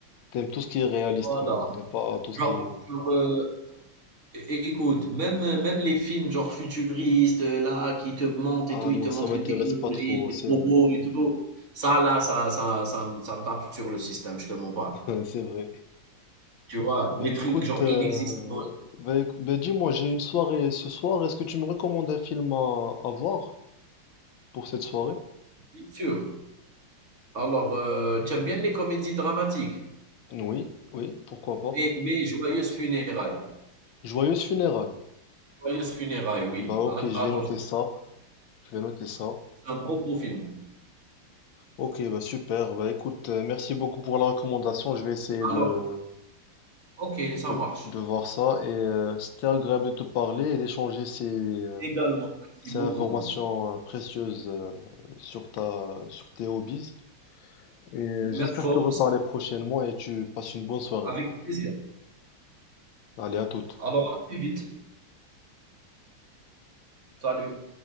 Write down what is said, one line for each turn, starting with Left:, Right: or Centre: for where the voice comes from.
Left: t'aimes tout ce qui est réaliste
Right: Voilà,
Left: quand même, t'aimes pas tout ce
Right: genre
Left: qui est...
Right: genre, heu É- Écoute, même, même les films genre futuristes, euh, là, qui te montrent
Left: Ah
Right: et tout,
Left: non,
Right: ils te montrent
Left: ça m'intéresse
Right: une technologie,
Left: pas trop,
Right: les
Left: c'est
Right: robots
Left: vrai,
Right: et tout. Ça, là, ça, ça, ça, me ça me tape sur le système, je te mens pas.
Left: <laughs> c'est vrai.
Right: Tu vois,
Left: Ben
Right: les trucs
Left: écoute,
Right: genre
Left: euh,
Right: inexistants,
Left: ben, éc- ben, dis-moi, j'ai une soirée ce soir, est-ce que tu me recommandes un film à à voir pour cette soirée?
Right: bien sûr. Alors, euh, tu aimes bien les comédies dramatiques,
Left: Oui, oui, pourquoi pas.
Right: mais, mais Joyeuses Funérailles.
Left: Joyeuses funérailles.
Right: Joyeuses Funérailles, oui.
Left: Bah ok,
Right: Att-
Left: je
Right: Attends,
Left: vais noter ça. Je vais noter ça.
Right: c'est un trop beau film.
Left: Ok, bah super. Bah écoute, euh, merci beaucoup pour la recommandation. Je vais essayer de,
Right: Alors, ok, ça
Left: de,
Right: marche.
Left: de voir ça. Et euh, c'était agréable de te parler et d'échanger ces, euh,
Right: Également, merci
Left: ces
Right: beaucoup.
Left: informations euh, précieuses euh, sur ta, sur tes hobbies. Et euh,
Right: Merci
Left: j'espère
Right: toi
Left: te reparler
Right: aussi,
Left: prochainement et tu passes une bonne soirée.
Right: avec plaisir.
Left: Allez, à toute.
Right: Alors, à très vite. Salut.